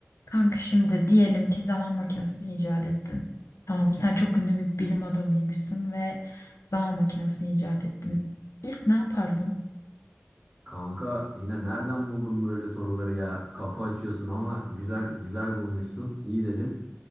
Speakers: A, on the left (about 80°); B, on the right (about 15°).
A: Kanka şimdi diyelim ki zaman makinesini icat ettin. Tamam, sen çok ünlü bir bilim adamıymışsın ve zaman makinesini icat ettin. İlk ne yapardın?
B: Kanka yine nereden buldun böyle soruları ya? Kafa açıyorsun ama güzel güzel bulmuşsun. İyi dedin.